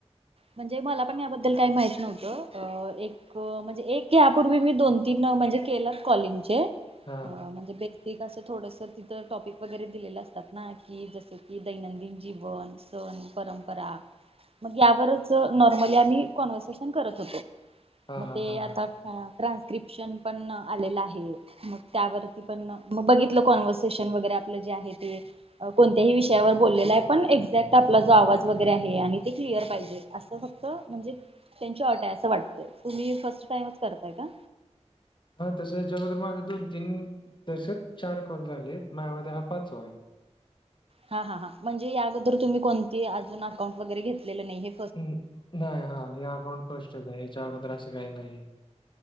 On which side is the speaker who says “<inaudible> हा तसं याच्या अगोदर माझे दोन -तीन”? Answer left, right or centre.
Left